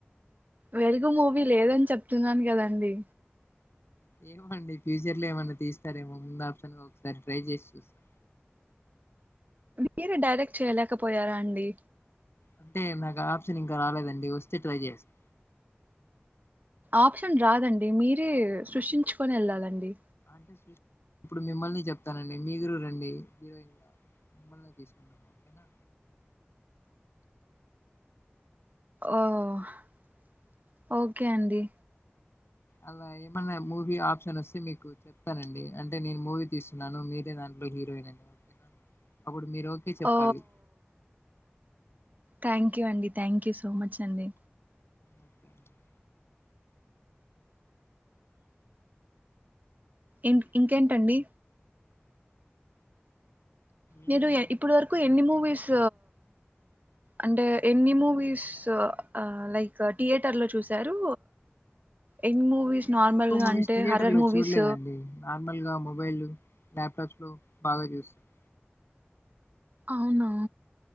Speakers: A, on the right; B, on the left.
A: వెలుగు మూవీ లేదని చెప్తున్నాను కదండి.
B: ఏమో అండి. ఫ్యూచర్ లో ఏమన్నా తీస్తారేమో ముందు ఆప్షన్ ఒకసారి ట్రై చేసి చూస్తా.
A: మిరే డైరెక్ట్ చేయలేకపోయారా అండి.
B: అంటే నాకు ఆప్షన్ ఇంకా రాలేదండి. వస్తే ట్రై చేస్తా
A: ఆప్షన్ రాదండి. మీరే సృష్టించుకొని వెళ్ళాలండి
B: అంటేష్ ఇప్పుడు మిమ్మల్ని చెప్తానండి. మీరు రండి హీరోయిన్గా మిమ్మల్ని తీసుకుంటాము. ఓకేనా
A: ఓ ఓ ఓకే అండి.
B: అలా ఏమలే మూవీ ఆప్షన్ వస్తే మీకు చెప్తానండి. అంటే నేను మూవీ తీస్తున్నాను. మీరే దాంట్లో హీరోయిన్ అని ఓకేనా అప్పుడు మీరు ఒకే చెప్పాలి.
A: ఓ థ్యాంక్ యూ అండి. థ్యాంక్ యూ సో మచ్ అండి.
B: ఓకే అండి
A: ఇంక్ ఇంకేంటండి.
B: ఏం
A: మీరు
B: లేదండి
A: ఇప్పుడు వరకు ఎన్ని మూవీస్ అంటే ఎన్ని మూవీస్ లైక్ థియేటర్ లో చూసారు. ఎన్ని మూవీస్
B: అంటే
A: నార్మల్
B: ఎక్కువ
A: గా
B: మూవీస్
A: అంటే
B: థియేటర్
A: హర్రర్
B: లో
A: మూవీస్
B: చూడలేదండి. నార్మల్ గా మొబైల్ ల్యాప్టాప్స్ లో బాగా చూసాను.
A: అవునా